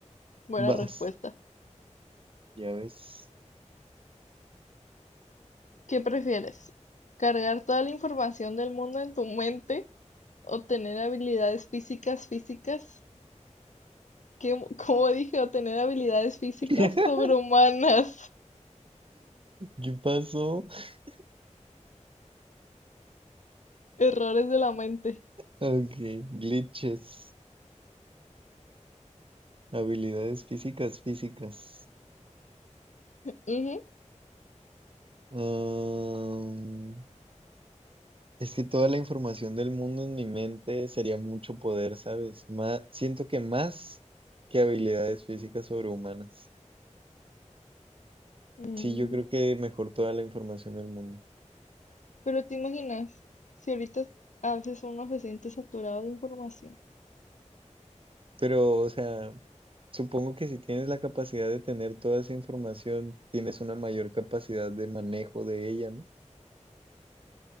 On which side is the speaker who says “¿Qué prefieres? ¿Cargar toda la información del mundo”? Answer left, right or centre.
Left